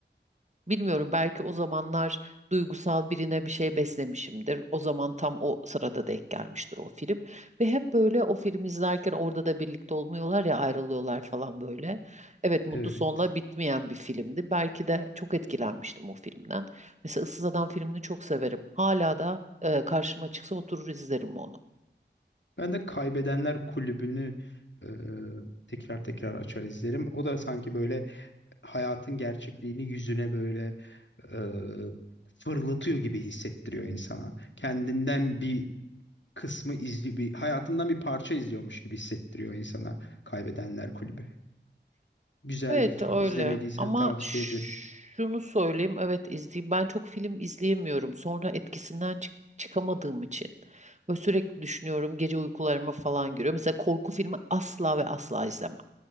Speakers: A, on the right; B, on the left.
A: Bilmiyorum belki o zamanlar duygusal birine bir şey beslemişimdir. O zaman tam o sırada denk gelmiştir o film. Ve hep böyle o filmi izlerken orada da birlikte olmuyorlar ya ayrılıyorlar falan böyle. Evet mutlu
B: Evet.
A: sonla bitmeyen bir filmdi. Belki de çok etkilenmiştim o filmden. Mesela Issız Adam filmini çok severim. Hala da e, karşıma çıksa oturur izlerim onu.
B: Ben de Kaybedenler Kulübü'nü e, tekrar tekrar açar izlerim. O da sanki böyle hayatın gerçekliğini yüzüne böyle e, fırlatıyor gibi hissettiriyor insana. Kendinden bir kısmı izli bir hayatından bir parça izliyormuş gibi hissettiriyor insana Kaybedenler Kulübü. Güzel
A: Evet
B: bir film.
A: öyle
B: İzlemediysen
A: ama
B: tavsiye
A: şunu
B: ederim.
A: söyleyeyim evet izleyeyim ben çok film izleyemiyorum sonra etkisinden çık- çıkamadığım için böyle sürekli düşünüyorum gece uykularıma falan giriyor mesela korku filmi asla ve asla izlemem